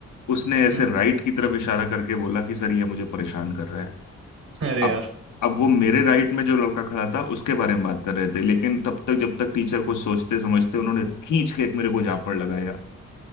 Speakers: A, on the left (about 65°); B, on the right (about 65°).
A: उसने ऐसे
B: हम्म
A: राइट की तरफ इशारा करके बोला कि सर ये मुझे परेशान कर रहा है
B: अरे
A: अब
B: यार
A: अब वो मेरे राइट में जो लड़का खड़ा था उसके बारे में बात कर रहे थे लेकिन तब तक जब तक टीचर कुछ सोचते समझते उन्होंने खींच के एक मेरे को झापड़ लगाया